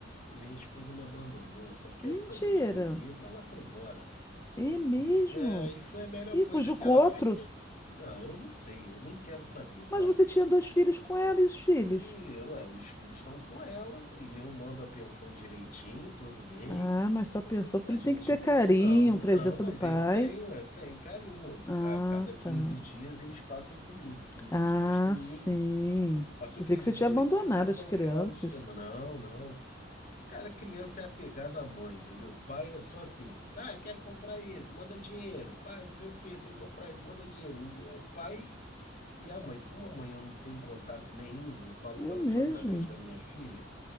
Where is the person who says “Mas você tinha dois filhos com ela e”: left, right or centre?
Left